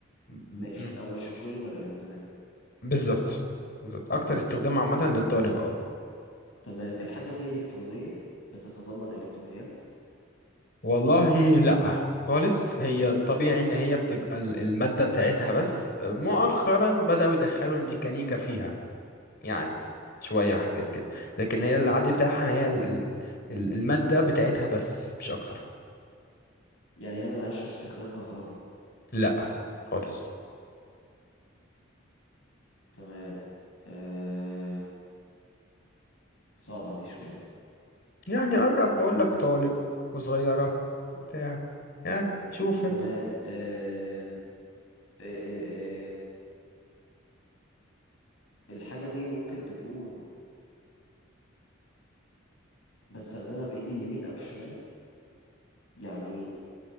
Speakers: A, on the left; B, on the left.
A: م-
B: ماشي
A: م-
B: او مش في كل المجالات تمام
A: بالظبط بالظبط اكتر استخدام عامة للطالب اه
B: تمام الحاجة دي إلكترونية بتتضمن إلكترونيات
A: والله لا خالص هي طبيعي ان هي بتبقى ال- المادة بتاعتها بس مؤخرا بدأوا يدخلوا الميكانيكا فيها يعني شوية وحاجات كده لكن هي العادي بتاعها يعني هي ال- ال- ال- المادة بتاعتها بس مش أكتر
B: يعني هي ملهاش استخدام كهربي
A: لا خالص
B: تمام آم، صعبة دي شوية
A: يعني قرب بقول لك طالب وصغيرة بتاع يعني شوف انت
B: تمام آم، آ- آ- آم، الحاجة دي ممكن تكون بستخدمها بإيدي اليمين أو الشمال يعني